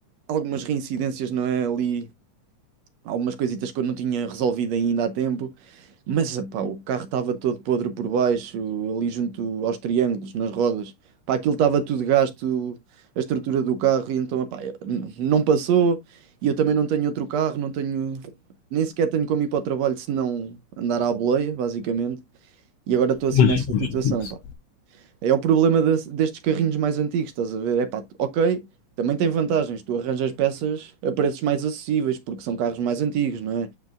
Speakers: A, on the right (about 70°); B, on the left (about 75°).
A: algumas reincidências, não é? Ali algumas coisitas que eu não tinha resolvido ainda há tempo. Mas, pá, o carro estava todo podre por baixo, ali junto aos triângulos, nas rodas. Pá, aquilo estava tudo gasto, a estrutura do carro, e então, pá, não passou. E eu também não tenho outro carro, não tenho, nem sequer tenho como ir para o trabalho se não andar à boleia, basicamente. E agora estou assim
B: Pois,
A: nessa
B: pois,
A: situação,
B: pois.
A: pá. É o problema des- destes carrinhos mais antigos, estás a ver? É pá, ok, também tem vantagens, tu arranjas peças a preços mais acessíveis, porque são carros mais antigos, não é?